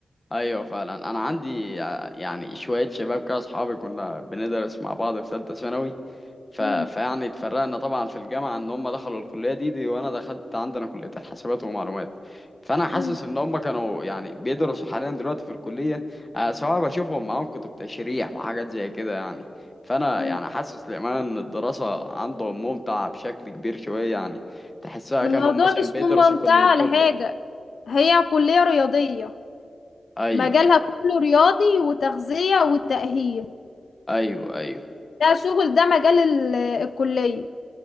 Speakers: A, on the left (about 20°); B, on the left (about 65°).
A: ايوه فعلا انا عندي ع- يعني شويه شباب كده اصحابي كنا بندرس مع بعض في ثالثه ثانوي ف...
B: مم.
A: فيعني اتفرقنا طبعا في الجامعه ان هم دخلوا الكليه دي دي وانا دخلت عندنا كليه الحاسبات ومعلومات فانا حاسس
B: مم.
A: ان هم كانوا يعني بيدرسوا حاليا دلوقتي في الكليه آه، سواء بشوفهم معاهم كتب تشريح وحاجات زي كده يعني فانا
B: مم.
A: يعني حاسس للامانه ان الدراسه عندهم ممتعه بشكل كبير شويه يعني تحسها
B: الموضوع
A: كانوا مثلا
B: مش
A: بيدرسوا
B: ممتع
A: كليه
B: ولا
A: طب
B: حاجة
A: كده
B: هي كلية رياضية
A: ايوه
B: مجالها كله رياضي وتغذية وتأهيل
A: ايوه ايوه
B: ده شغل ده مجال ال- الكلية